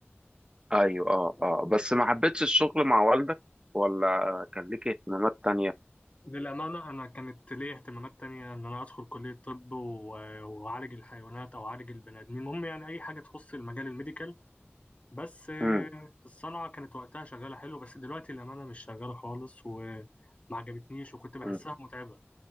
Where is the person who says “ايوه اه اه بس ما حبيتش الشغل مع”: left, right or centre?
Right